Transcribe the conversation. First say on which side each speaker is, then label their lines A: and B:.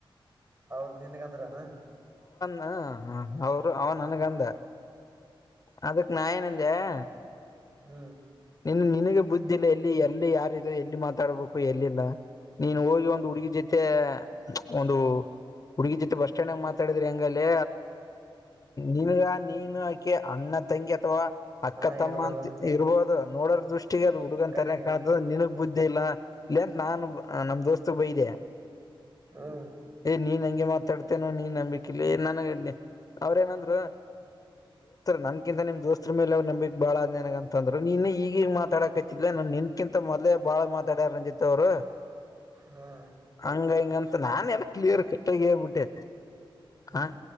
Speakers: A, on the right; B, on the left.
A: ಹೌದ ನಿನಗ ಅಂದ್ರು ಅನು
B: ಹ ಅವ ನನಗ ಅಂದ ಅದಕ್ಕೆ ನಾ ಎನ್ ಅಂದೆ ಅಂದೇಯ
A: ಹೂ
B: ನಿನ್ ನಿನಗ ಬುದ್ಧಿ ಇಲ್ಲ ಎಲ್ಲಿ ಯಾರ್ ಇದು ಎಲ್ಲಿ ಮಾತಾಡಬೇಕ ಎಲ್ಲಿ ಇಲ್ಲ ನೀನ ಹೊಗಿ ಒಂದ ಹುಡುಗಿ ಜೊತೆ ಒಂದ ಹುಡುಗಿ ಹೋಗಿ ಬಸ್ ಸ್ಟ್ಯಾಂಡ್ ಅಲ್ಲಿ ಮಾತಾಡಿದ್ರೆ ಎಂಗ್ ಲೆ ನಿನಗ ಅಕಿ ಅಣ್ಣಾ ತಂಗಿ ಅಥವಾ ಅಕ್ಕಾ
A: ಹಾ
B: ತಮ್ಮ
A: ಇರ್ಬೋದ
B: ಇರಬಹುದು ನೋಡರ್ ದೃಷ್ಟಿ ಫಸ್ಟ್ ಗೆ ಹುಡುಗನ
A: ಕಣ್ಣಿಗೆ
B: ತರ ನೆ ಕಾಣ್ತದ ನಿನಗ ಬುದ್ಧಿ ಇಲ್ಲಾ ಇಲ್ಲ ಲೇ ಅಂತ ನಮ್ ದೋಸ್ತಗ ಬೈದೆ
A: ಹ್ಮ್
B: ಯೇ ನೀನ್ ಅಂಗೆ ಅಂಗೆ ಮಾತಾಡ್ತೀ ಏನ ನೀನ್ ನಂಬಿಕೆ ಇಲ್ಲ ನನಗ ಅವರ ಎನ್ ಅಂದ್ರು ನನ್ನ ಕಿಂತಾ ನಿಮ್ಮ ದೋಸ್ಟರ್ ದೋಸ್ತರ ಮೇಲೆ ನಂಬಿಕೆ ಬಾಳ ಅದ ಅಂದ್ರು ನೀನಾ ಈಗ ಈಗ ಈಗ ಮಾತಾಡಕತ್ತಿ ಲೆ ನಿನ್ನ ಕಿಂತ್ ಮೊದ್ಲೆ ಬಾಳ ಮಾತಾಡೆರ ನನ್ನ ಜೊತೆ ಅವರು
A: ಹಾ
B: ಅಂಗ ಇಂಗ ಅಂತಾ ನಾನೇ ಕ್ಲಿಯರ್ ಕಟ್ಟಾ ಆಗಿ ಹೇಳಿಬಿಟ್ಟೆ
A: ಹ್ಮ್
B: ಹ್